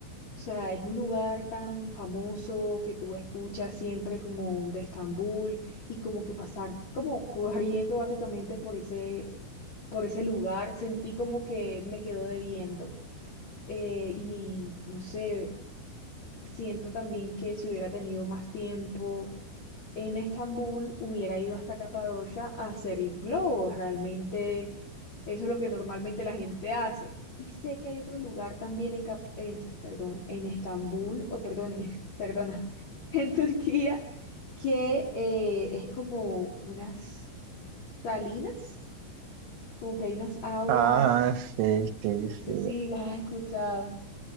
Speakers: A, on the left (about 45°); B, on the right (about 80°).
A: O sea, es un lugar tan famoso que tú escuchas siempre como de Estambul y como que pasar como corriendo básicamente por ese, por ese lugar, sentí como que me quedó debiendo. Eh, y no sé, siento también que si hubiera tenido más tiempo en Estambul hubiera ido hasta Capadocia a hacer globos. Realmente eso es lo que normalmente la gente hace. Y sé que hay otro lugar también en, Cap- en- perdón, en Estambul, o perdón, en- <laughs> perdona, en Turquía, que eh, es como unas salinas, como que hay unas aguas,
B: Ah, sí, sí,
A: no
B: sí.
A: sé si las has escuchado.